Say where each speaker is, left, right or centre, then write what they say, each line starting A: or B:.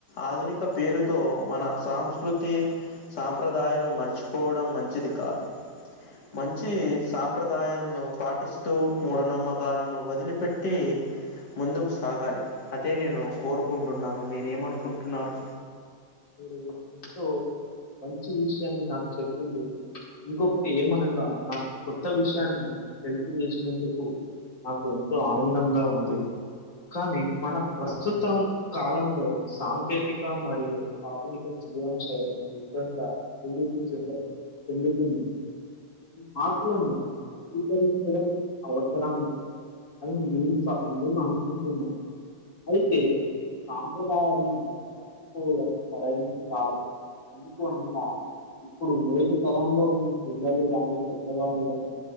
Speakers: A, on the left; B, on the left.
A: ఆధునిక పేరుతో మన సాంస్కృతి సాంప్రదాయాలు మర్చిపోవడం మంచిది కాదు మంచి సాంప్రదాయాలను పాటిస్తూ మూఢనమ్మకాలను వదిలిపెట్టి ముందుకు సాగాలి అదే నేను కోరుకుంటున్నాను మీరేమనుకుంటున్నారు
B: మీరు ఎంతో మంచి విషయాన్ని నాకు చెప్పింది ఇంకొకటి ఏమనగా నాకు కొత్త విషయాన్ని తెలిపిజేసినందుకు నాకు ఎంతో ఆనందంగా ఉంది కానీ మన ప్రస్తుతం కాలంలో సాంకేతిక మరియు ఆధునిక జీవన శైలి ఈ విధంగా అభివృద్ధి చెంద చెందుతుంది ఈ మార్పులను స్వీకరించడం అవసరం అని నేను చ నేను అనుకుంటున్నా అయితే సాంప్రదాయాలను మర్చిపోవడం సరైనది కాదు ఎందుకు అన్నగా ఇప్పుడు నేటి తరంలో ఉన్న పిల్లలు గాని పెద్దవారు గాని